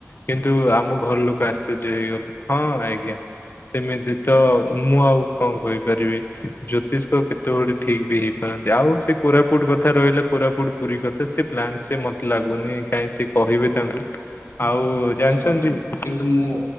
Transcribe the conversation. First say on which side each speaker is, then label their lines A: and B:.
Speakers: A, on the left; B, on the left.
A: କିନ୍ତୁ ଆମ ଘର ଲୋକ ଆଶ୍ଚର୍ଯ୍ୟ ହେଇଗଲେ ହଁ ଆଜ୍ଞା। ସେମିତି ତ ମୁଁ ଆଉ କଣ କହିପାରିବି ଜ୍ୟୋତିଷ। କେତେବେଳି ଠିକ ବି ହେଇ ପାରନ୍ତି ଆଉ ସେ। କୋରାପୁଟ କଥା ରହିଲା କୋରାପୁଟ ପୁରୀ କଥା ସେ ପ୍ଲାନ୍ ସେ ମୋତେ ଲାଗୁନି କାହିଁ ସେ କହିବେ ତାଙ୍କୁ। ଆଉ ଜାଣିଛନ୍ତି
B: ନାଇଁ ମୋତେ
A: ଆଜ୍ଞା
B: କିନ୍ତୁ ମୁଁ